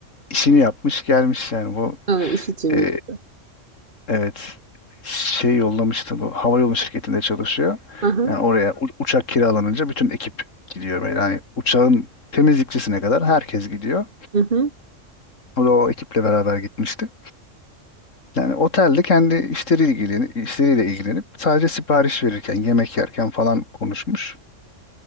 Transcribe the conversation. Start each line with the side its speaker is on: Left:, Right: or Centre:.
Left: işini yapmış gelmiş yani bu
Right: Ha, iş için
Left: e,
Right: gitti.
Left: evet şey yollamıştı bu hava yolu şirketinde çalışıyor.
Right: Aha,
Left: Yani oraya u- uçak kiralanınca bütün ekip gidiyor böyle. Yani uçağın temizlikçisine kadar herkes gidiyor.
Right: hı hı.
Left: O da o ekiple beraber gitmişti. Yani otelde kendi işleriyle ilgilenip, işleriyle ilgilenip sadece sipariş verirken, yemek yerken falan konuşmuş.